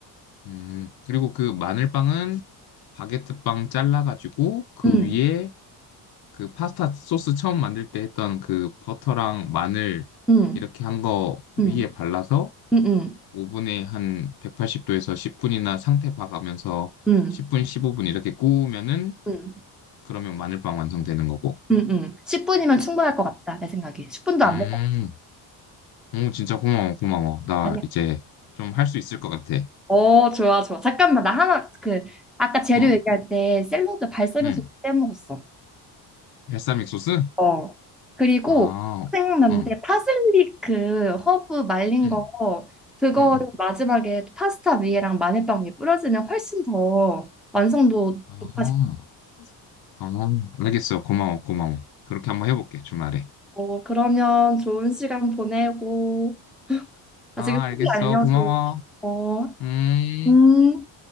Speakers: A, on the left; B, in the centre.
A: 음, 그리고 그 마늘빵은 바게트빵 잘라가지고 그
B: 음.
A: 위에 그 파스타 소스 처음 만들 때 했던 그 버터랑 마늘
B: 음.
A: 이렇게 한 거 위에
B: 음
A: 발라서
B: 음. 음.
A: 오븐에 한 180도에서 10분이나 상태 봐가면서
B: 음
A: 10분, 15분 이렇게 구우면은
B: 음.
A: 그러면 마늘빵 완성되는 거고.
B: 응, 응. 10분이면 충분할 것 같다, 내 생각에. 10분도
A: 음,
B: 안될 것
A: 오, 진짜 고마워, 고마워. 나
B: 같아. 아니야.
A: 이제 좀 할 수 있을 것 같아.
B: 어, 좋아, 좋아. 잠깐만, 나 하나, 그, 아까 재료
A: 어,
B: 얘기할 때 샐러드 발사믹
A: 음,
B: 소스 빼먹었어.
A: 발사믹 소스?
B: 어. 그리고
A: 아,
B: 생각났는데
A: 어,
B: 파슬리 그 허브 말린
A: 응,
B: 거 그거를
A: 응, 응.
B: 마지막에 파스타 위에랑 마늘빵 위에 뿌려주면 훨씬 더 완성도
A: 아,
B: 높아질
A: 아, 알겠어. 고마워, 고마워. 그렇게 한번 해볼게, 주말에.
B: 어, 그러면 좋은 시간 보내고,
A: 아,
B: 아, 지금
A: 알겠어.
B: 후기 알려줘.
A: 고마워.
B: 어,
A: 음.
B: 음.